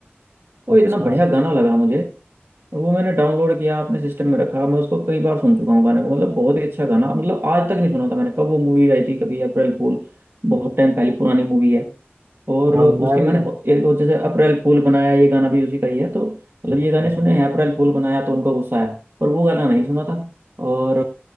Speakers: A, on the right; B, on the right.
A: वो
B: अच्छा
A: इतना बढ़िया गाना लगा मुझे वो मैंने डाउनलोड किया अपने सिस्टम में रखा मैं उसको कई बार सुन चुका हूँ गाने को मतलब बहुत ही अच्छा गाना मतलब आज तक नहीं सुना था मैंने कब वो मूवी आई थी कभी अप्रैल फूल बहुत टाइम पहले पुरानी मूवी है और
B: हाँ
A: उसके
B: मैं
A: मैंने
B: भी
A: एक दो जैसे अप्रैल फूल बनाया ये गाना भी उसी का ही है तो मतलब
B: अच्छा
A: ये गाने सुने हैं अप्रैल फूल बनाया तो उनका गुस्सा है पर वो गाना नहीं सुना था और